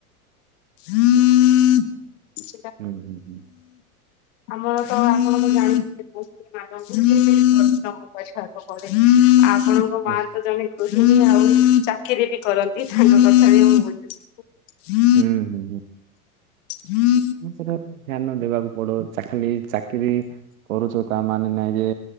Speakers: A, on the left (about 55°); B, on the right (about 65°).
A: <inaudible>
B: ହୁଁ ହୁଁ ହୁଁ।
A: ଆମର ତ ଆପଣ ତ ଜାଣିଥିବେ। <unintelligible> <inaudible> ଆପଣଙ୍କ ମା
B: ହୁଁ
A: ତ ଜଣେ ଗୃହିଣୀ ଆଉ ଚାକିରି ବି କରନ୍ତି ତାଙ୍କ କଥା ବି ମୁଁ ବୁଝୁଚି। <inaudible>
B: ହୁଁ ହୁଁ ହୁଁ।
A: <inaudible>
B: ସେଟା ଧ୍ୟାନ ଦେବାକୁ ପଡ଼ ଚା ଖାଲି ଚାକିରି କରୁଚ ତା ମାନେ ନାଇଁ ଯେ